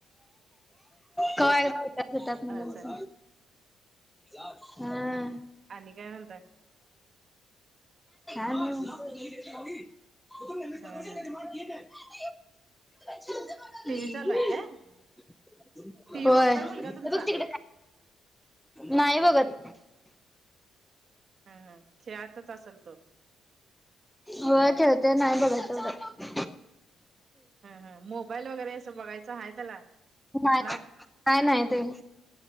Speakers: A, in the centre; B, on the right.
A: क एकदा होतच होतात म्हणूनच.
B: असं
A: हा
B: आणि काय म्हणताय
A: ल. तुम मु िमाड
B: ह ह
A: क. ह.
B: टी व्ही चालू आहे काय टी
A: होय
B: व्ही बघतोय मुलगा तुमचा
A: बघ तिकडे खा. नाही बघत.
B: ह ह खेळातच असेल तो
A: गळ खेळते नाही बघायत.
B: हम हम मोबाईल वगैरे असं बघायचं आहे त्याला.
A: नाही
B: ना
A: का नाही ते.